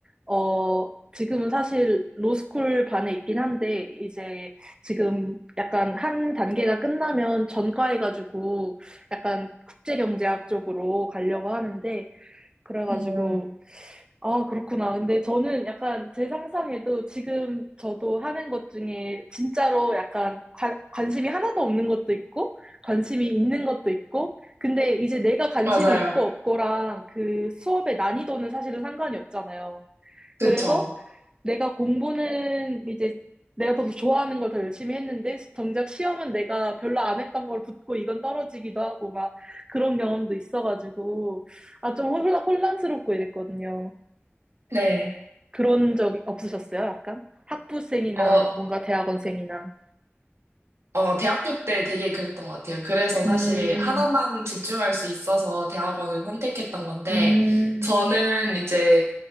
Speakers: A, on the right (about 20°); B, on the right (about 85°).
A: 어, 지금은 사실 로스쿨 반에 있긴 한데, 이제 지금 약간 한 단계가 끝나면 전과해가지고 약간 국제경제학 쪽으로 가려고 하는데, 그래가지고
B: 음,
A: 아, 그렇구나. 근데 저는 약간 제 상상에도 지금 저도 하는 것 중에 진짜로 약간 관, 관심이 하나도 없는 것도 있고, 관심이 있는 것도 있고, 근데 이제 내가 관심이
B: 맞아요.
A: 있고 없고랑 그 수업의 난이도는 사실은 상관이 없잖아요.
B: 그쵸.
A: 그래서 내가 공부는 이제 내가 더 좋아하는 걸 더 열심히 했는데, 정작 시험은 내가 별로 안 했던 걸 붙고 이건 떨어지기도 하고 막 그런 경험도 있어가지고, 아, 좀 혼란, 혼란스럽고 이랬거든요.
B: 네.
A: 그런 적 없으셨어요? 약간? 학부생이나
B: 어,
A: 뭔가 대학원생이나.
B: 어, 대학교 때 되게 그랬던 것 같아요. 그래서 사실
A: 음,
B: 하나만 집중할 수 있어서 대학원을 선택했던 건데,
A: 음,
B: 저는 이제